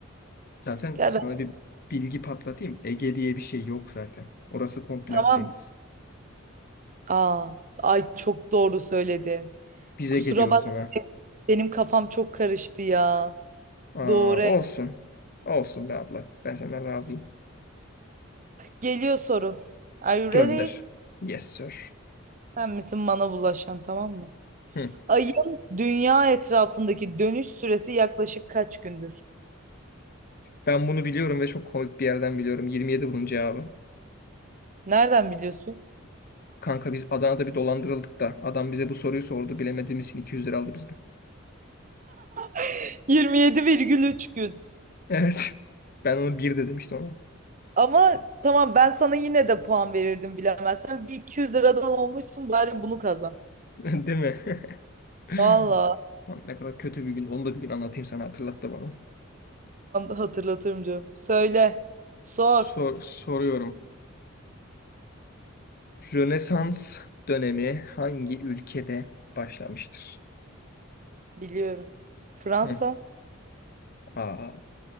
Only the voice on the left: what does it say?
Zaten
sana
bir bilgi patlatayım. Ege diye bir şey yok zaten. Orası komple
Akdeniz.
Biz
Ege diyoruz
ona.
Aa,
olsun. Olsun be abla. Ben senden razıyım.
Gönder.
Yes sir.
Hı.
Ben bunu biliyorum ve çok komik bir yerden biliyorum. 27 bunun cevabı.
Kanka biz Adana'da bir dolandırıldık da adam bize bu soruyu sordu. Bilemediğimiz için 200 lira aldı bizden.
Evet. Ben onu bir de demiştim ona.
<laughs> Değil mi? <laughs>
Lan Ne kadar kötü bir gün. Onu da bir gün anlatayım sana hatırlattı bana.
Sor, soruyorum. Rönesans dönemi hangi ülkede başlamıştır?
Hı. Aa,